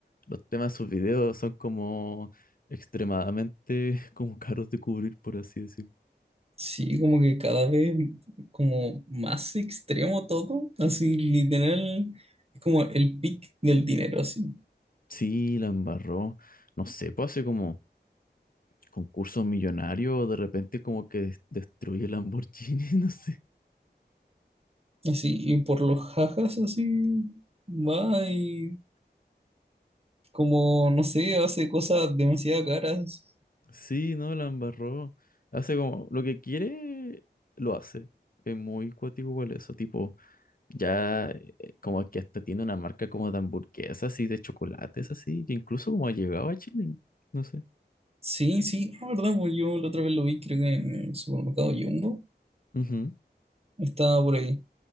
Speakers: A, on the left; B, on the right.
A: Los temas de sus videos son como extremadamente <laughs> como caros de cubrir, por así decir.
B: Sí, como que cada vez como más extremo todo. Así, literal, es como el pic del dinero, así.
A: Sí, la embarró. No sé, pues hace como concursos millonarios, de repente como que des- destruye Lamborghini, <laughs> no sé.
B: Así, y por los jajas, así, va y como, no sé, hace cosas demasiado caras.
A: Sí, no, la embarró. Hace como lo que quiere, lo hace. Es muy cuático igual eso, tipo, ya eh, eh, como que hasta tiene una marca como de hamburguesas y de chocolates así, que incluso como ha llegado a Chile, no sé.
B: Sí, sí, la verdad, pues yo la otra vez lo vi, creo que en el supermercado Jumbo.
A: Ujú.
B: Estaba por ahí.